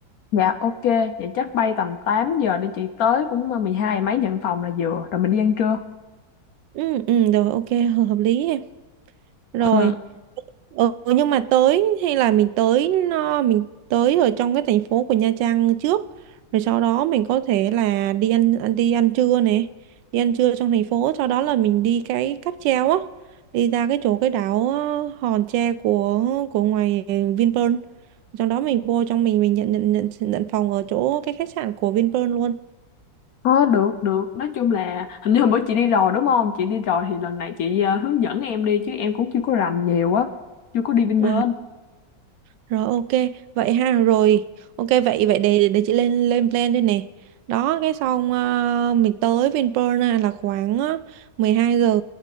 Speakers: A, on the left (about 65°); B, on the right (about 80°).
A: Dạ ok, vậy chắc bay tầm 8 giờ đi chị tới cũng ờ, 12 mấy nhận phòng là vừa, rồi mình đi ăn trưa.
B: Ừ ừ rồi ok <laughs> hợp hợp lý em. Rồi.
A: Ừ.
B: Ừ, nhưng mà tới hay là mình tới nó- mình tới ở trong cái thành phố của Nha Trang trước rồi sau đó mình có thể là đi ăn ăn đi ăn trưa này đi ăn trưa trong thành phố sau đó là mình đi cái cáp treo á đi ra cái chỗ cái đảo ờ, Hòn Tre của của ngoài Vinpearl sau đó mình vô trong mình mình nhận nhận nhận nhận phòng ở chỗ cái khách sạn của Vinpearl luôn
A: Có được được nói chung là hình như hôm bữa chị đi rồi đúng không chị đi rồi thì lần này chị ờ, hướng dẫn em đi chứ em cũng chưa có rành nhiều á chưa có đi Vinpearl
B: à Rồi ok, vậy ha, rồi. Ok vậy vậy để để chị lên lên plan đây nè. Đó cái xong ờ, mình tới Vinpearl á, là khoảng ờ, 12 giờ